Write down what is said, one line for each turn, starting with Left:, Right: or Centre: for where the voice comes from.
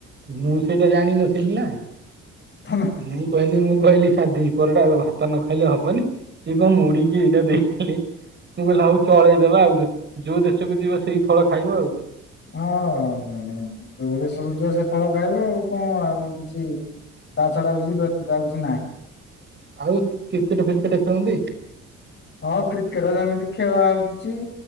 Right: ମୁଁ ସେଇଟା ଜାଣିନଥିଲି ନା।
Left: ତମ
Right: ମୁଁ କହିଲି ମୁଁ କହିଲି ଖା ଦିପହରଟା ଭାତ ନ ଖାଇଲେ ହବନି। ଏ କ ମୁଡ଼ି କି ଏଇଟା ଦେଇଦେଲେ। ମୁଁ କହିଲି ଆଉ ଚଳେଇଦବା ଆଉ ଯୋଉ ଦେଶକୁ ଯିବ ସେଇ ଫଳ ଖାଇବ ଆଉ।
Left: ହଁ ଯୋଉ ଦେଶ୍ ଶ ଯିବ ସେ ଫଳ ଖାଇବ ଆଉ କଣ ଆଉ କିଛି ତା ଛଡା କିଛି ବ୍ୟତୀତ ଆଉ କିଛି ନାହିଁ।
Right: ଆଉ କ୍ରିକେଟ ଫ୍ରିକେଟ ଖେଳନ୍ତି।
Left: ହଁ କ୍ରିକେଟ ଯେମିତି ଖେଳ ହଉଛି